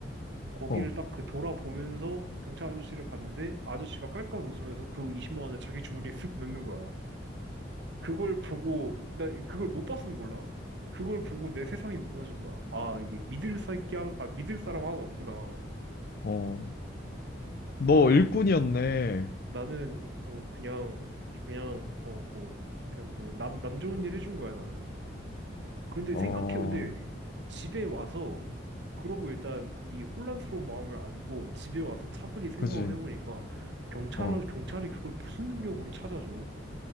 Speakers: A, on the right; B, on the left.
A: 거기를
B: 어,
A: 딱 그 돌아보면서 경찰 아저씨를 봤는데 아저씨가 깔깔 웃으면서 그 20만 원을 자기 주머니에 쓱 넣는 거야. 그걸 보고, 나 그걸 못 봤으면 몰라. 그걸 보고 내 세상이 무너진 거야. 아, 이게 믿을 새끼 하나, 아, 믿을 사람 하나 없구나.
B: 어. 너
A: 아,
B: 일꾼이었네.
A: 나는, 어, 그냥, 그냥, 어, 뭐, 그냥 뭐, 남, 남 좋은 일 해준 거야, 나는. 근데
B: 어,
A: 생각해, 근데 집에 와서, 그러고 일단 이 혼란스러운 마음을 안고 집에 와서 차분히 생각을
B: 그지.
A: 해보니까 경찰은,
B: 어,
A: 경찰이 그걸 무슨 능력으로 찾아줘.